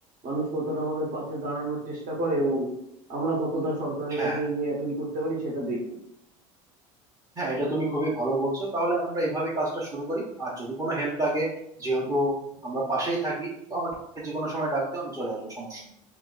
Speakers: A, on the right; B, on the right.
A: মানুষ কতটা আমাদের পাশে দাঁড়ানোর চেষ্টা করে এবং আমরা কতটা সরকারের
B: হ্যাঁ
A: কাছে এই নিয়ে অ্যাপিল করতে পারি সেটা দেখি
B: হ্যাঁ এটা তুমি খুবই ভালো বলছো তাহলে আমরা এইভাবে কাজটা শুরু করি আর যদি কোনো হেল্প লাগে যেহেতু আমরা পাশেই থাকি তো আমাকে যে কোনো সময় ডাক দিও আমি চলে আসবো সমস্যা নেই।